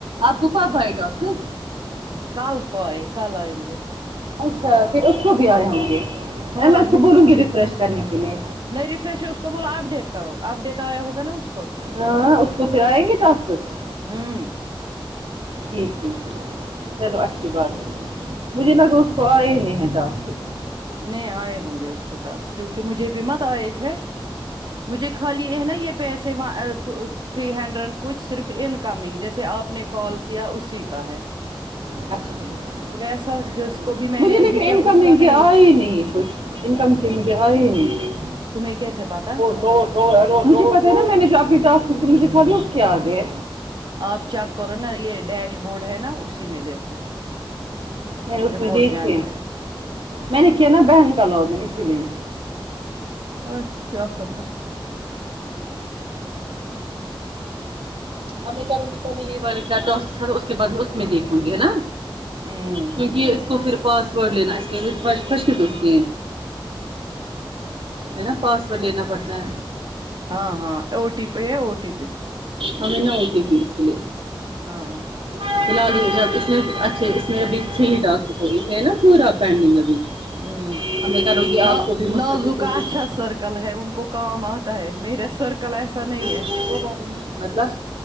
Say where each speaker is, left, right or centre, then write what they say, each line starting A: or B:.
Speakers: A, on the right (about 85°); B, on the right (about 55°).
A: تو کب ائے گا اس
B: کال اس کو آئی کل آئی مجھے
A: اچھا پھر اس کو بھی آئے ہوں گے
B: ہاں
A: میں اس کو بولوں گی ریفریش کرنے کے لیے
B: نہیں ریفریش ہے اس کو بولو اب ڈیٹ کرو اب ڈیٹ آیا ہوگا نا اس کو
A: ہاں اس کو پھر ائیں گے ٹاسکس
B: ہوں
A: ٹھیک ٹھیک ہے چلو اچھی بات ہے مجھے لگا اس کو آے ہی نہیں ہے ٹاسکس
B: نئے آئے ہوں گے اس کو ٹاسک کیونکہ مجھے بھی مت آئے تھے مجھے خالی ہے نا یہ پیسے وان ٹو تھری ہنڈریڈ کچھ صرف ان کمنگ جیسے آپ نے کال کیا اسی کا ہے
A: اچھا ٹھیک
B: ویسا جس کو بھی میں
A: مجھے
B: نے
A: لیکن
B: ابھی
A: انکمنگ
B: کیا اس کا نہیں
A: کے آئے ہی نہیں کچھ انکمگ کے مجھے آے ہی نہیں
B: تمہیں کیسے پتا
A: مجھے پتہ ہے نا میں نے جو اپنے ٹاسک کئے مجھے خالی اس کے آ گئے
B: آپ چیک کرو نا یہ ڈیش بورڈ ہے نا اسی میں دیکھو
A: میں نے اس
B: رپورٹ
A: میں دیکھے
B: جنر
A: میں نے کیا نا بہن کا لاگن اسی لیے
B: اور کیا پتہ
A: اب میں کروں گی پہلی یہ والے کا ٹاسک ختم اس کے بعد میں اس میں دیکھوں گی ہے نا
B: ہوں
A: کیونکہ اس کو پھر پاسورڈ لینا اسش شروع جی ہے نا پاسورڈ لینا پڑتا ہے
B: ہاں ہاں او ٹی پی ہے او ٹی پی
A: ہمیں نہ اؤ ٹی پیز فی
B: ہاں
A: الحال یہ ہے اب اس میں اچھے اس میں ابھی ٹاسک ہے صحیح سے ہے نا پورا پنڈیگ ابھی
B: ہوں
A: اور میں کروں گی
B: نا
A: آپ کو بھی مسدیق
B: نازو کا
A: کو بھی
B: اچھا سرکل ہے ان کو کام آتا ہے میرا سرکل ایسا نہیں ہے
A: <inaudible> مطلب